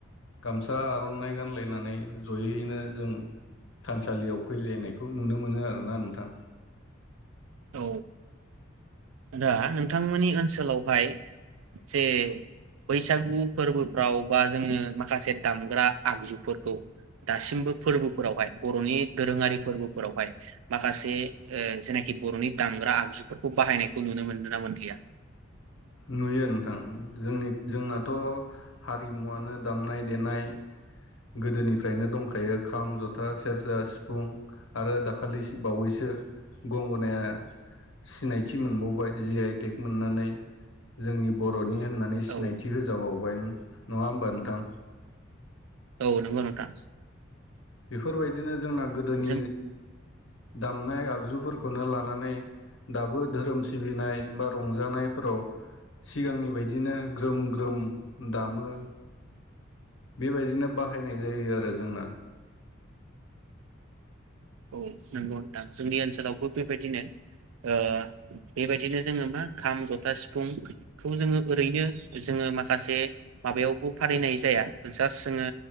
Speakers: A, on the left; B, on the right.
A: गामसा आरनाइ गानलायनानै जयैनो जों थानसालियाव फैलायनायखौ नुनो मोनो आरोना नोंथां।
B: औ दा नोंथांमोननि ओनसोलावहाय जे बैसागु फोरबोफ्राव बा जोङो माखासे दामग्रा आगजुफोरखौ दासिमबो फोरबोफोरावहाय बरनि दोरोङारि फोरबोफोरावहाय माखासे जेनाखि बरनि दामग्रा आगजुफोरखौ बाहायनायखौ नुनो मोन्दों ना मोनलिया।
A: नुयो नोंथां जोंनि जोंनाथ हारिमुवनो दामनाय देनाय गोदोनिफ्रायनो दंखायो खाम, जथा, सेरजा, सिफुं आरो दाखालि बावैसो गंगनाया सिनायथि मोनबावबाय जि आइ टेक मोननानै जोंनि बर' बिनि होननानै सिनायथि
B: औ
A: होजाबावबाय नङा होमबा नोंथां।
B: औ नोंग नथां।
A: बेफोरबायदिनो जो जोंना गोदोनि
B: जों
A: दामनाय आगजुफोरखौनो लानानै दाबो धोरोम सिबिनाय बा रंजानायफोराव सिगांनि बायदिनो ग्रोम ग्रोम दामो। बेबायदिनो बाहायनाय जायो आरो आरो जोंना
B: औ नंगौ नोंथां जोंनि ओनसोलावबो बेबायदिनो ओ बेबायदिनो जोङो मा खाम, जथा, सिफुंखौ जोङो ओरैनो जोङो माखासे माबायावबो फालिनाय जाया जास्ट जोङो